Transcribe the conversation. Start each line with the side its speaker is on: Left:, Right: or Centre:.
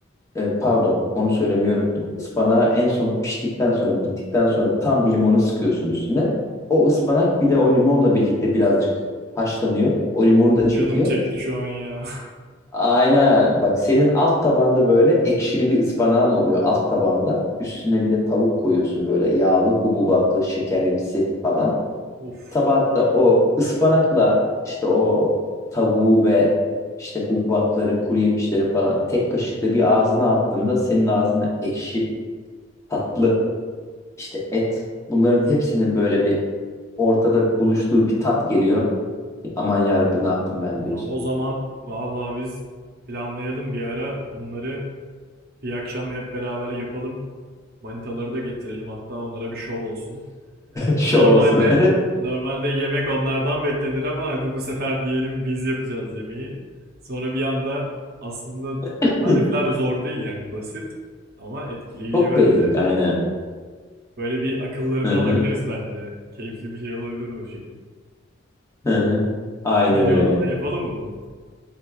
Left: e, pardon onu söylemeyi unuttum. Ispanağı en son piştikten sonra, bittikten sonra tam bir limonu sıkıyorsun üstüne. O ıspanak bir de o limonla birlikte birazcık haşlanıyor. O limonu
Right: Çok
Left: da çekiyor.
Right: canım çekti şu an ya.
Left: Aynen. Bak senin alt tabanda böyle ekşili bir ıspanağın oluyor alt tabanda. Üstüne bir de tavuk koyuyorsun böyle yağlı, hububatlı, şekerimsi falan.
Right: <laughs> Of.
Left: Tabakta o ıspanakla işte o tavuğu ve işte hububatları, kuru yemişleri falan tek kaşıkla bir ağzına attığında senin ağzına ekşi, tatlı, işte et bunların hepsinin böyle bir ortada buluştuğu bir tat geliyor. Aman yarabbim ne yaptım ben
Right: Ya
Left: diyorsun.
Right: O zaman vallahi biz planlayalım bir ara bunları bir akşam hep beraber yapalım. Manitaları da getirelim hatta onlara bir şov olsun.
Left: <laughs> Şov
Right: Normalde
Left: olsun.
Right: normalde yemek onlardan beklenir ama hadi bu sefer diyelim biz yapacağız yemeği. Sonra bir anda aslında
Left: <laughs>
Right: tarifler de zor değil yani basit ama etkileyici
Left: Çok
Right: bence.
Left: beğendik aynen.
Right: Böyle bir akıllarını
Left: Hı
Right: alabiliriz
Left: hı
Right: bence. Keyifli bir şey olabilir o şekilde.
Left: hı hı. Aynen
Right: Ne diyorsun
Left: öyle.
Right: ona? Yapalım mı bunu?